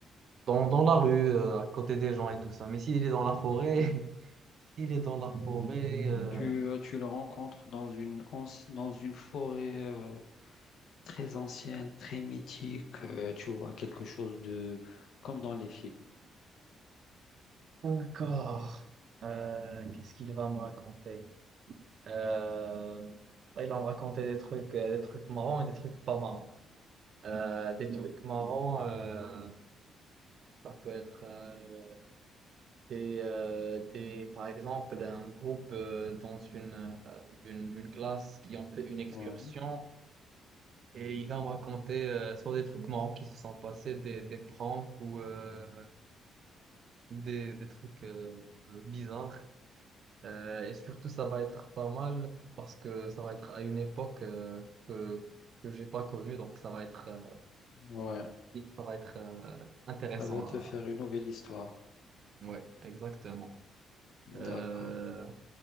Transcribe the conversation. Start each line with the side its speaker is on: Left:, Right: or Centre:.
Right: dans, dans la rue, euh, à côté des gens et tout ça. Mais s'il est dans la forêt, <laughs> s'il est dans la forêt... euh,
Left: Tu, euh, tu le rencontres dans une, anci- dans une forêt euh, très ancienne, très mythique. euh, tu vois quelque chose de comme dans les films.
Right: D'accord. Euh, qu'est-ce qu'il va me raconter? Euh, bah, Il va me raconter des trucs, euh, des trucs marrants et des trucs pas marrants. Euh, des trucs marrants, euh, ça peut être euh, des, euh, des- par exemple un groupe euh, dans une, euh, d'une, d'une classe qui ont fait une excursion
Left: Ouais,
Right: et il va me raconter euh, soit des trucs marrants qui se sont passés, des, des pranks ou euh, des, des trucs euh, bizarres. Euh, et surtout, ça va être pas mal parce que ça va être à une époque euh, que, que j'ai pas connue, donc ça va être, euh,
Left: ouais.
Right: ça va être euh, intéressant
Left: Ça va te
Right: à
Left: faire une nouvelle histoire.
Right: Ouais, exactement. Euh,
Left: D'accord.